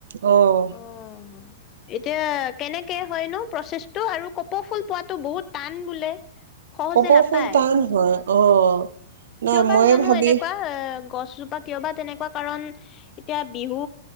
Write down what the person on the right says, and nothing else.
অহ।
কপৌ
ফুল টান হয়। অ'। নাই
ময়ে
ভাবি